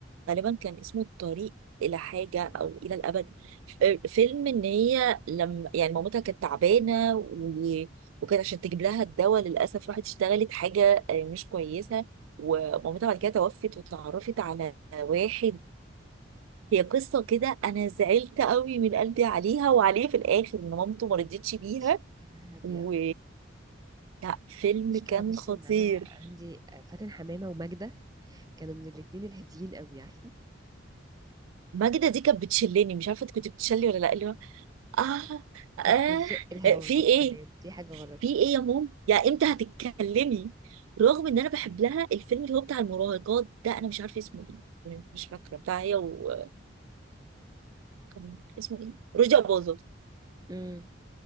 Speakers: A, on the right (about 85°); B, on the right (about 20°).
A: غالبا كان اسمه الطريق الى حاجة او الى الابد ف- فيلم ان هي لما يعني مامتها كانت تعبانة و... وكانت عشان تجيب لها الدواء للاسف راحت اشتغلت حاجة آه، مش كويسة ومامتها بعد كده توفت وتعرفت على واحد هي قصة كده أنا زعلت قوي من قلبي عليها وعليه في الآخر إن مامته ما رضيتش بيها
B: مش فاكراها دي
A: و لا فيلم
B: مشكلة
A: كان
B: بصي
A: خطير
B: ان انا عندي آه، فاتن حمامة وماجدة كانوا من الاتنين الهاديين قوي عارفة
A: ماجدة دي كانت بتشلني مش عارفة انت كنت بتشلي ولا لا اللي هو آه
B: كانت
A: آه
B: بتزق الهوا
A: في
B: بالكلام
A: إيه
B: في حاجة غلط
A: في إيه يا مام يا إمتى هتتكلمي رغم إن أنا بحب لها الفيلم اللي هو بتاع المراهقات ده أنا مش عارفة اسمه إيه مش فاكرة بتاع هي و كان اسمه إيه رجع باظه
B: امم